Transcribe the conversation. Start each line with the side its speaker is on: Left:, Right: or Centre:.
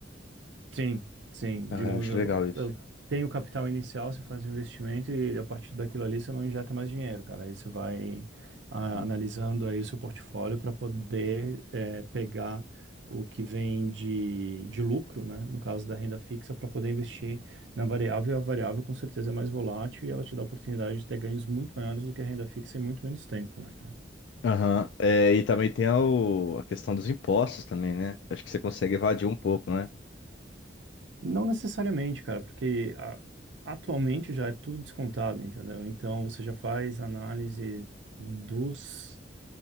Right: Sim, sim.
Left: Ah,
Right: Digamos,
Left: eu acho
Right: eu,
Left: legal isso.
Right: eu Legal. tenho capital inicial, você faz um investimento e a partir daquilo ali você não injeta mais dinheiro, cara. Aí você vai ah,
Left: Hum.
Right: analisando aí o seu portfólio para poder eh, pegar o que vem de, de lucro, né? No caso da renda fixa, para poder investir na variável. E A variável com certeza é mais volátil e ela te dá a oportunidade de ter ganhos muito maiores do que a renda fixa em muito menos tempo, né, cara?
Left: Aham. É, e também tem a, o- a questão dos impostos também, né? Acho que você consegue evadir um pouco, né?
Right: Não necessariamente, cara, porque a- atualmente já é tudo descontado, entendeu? Então você já faz análise dos,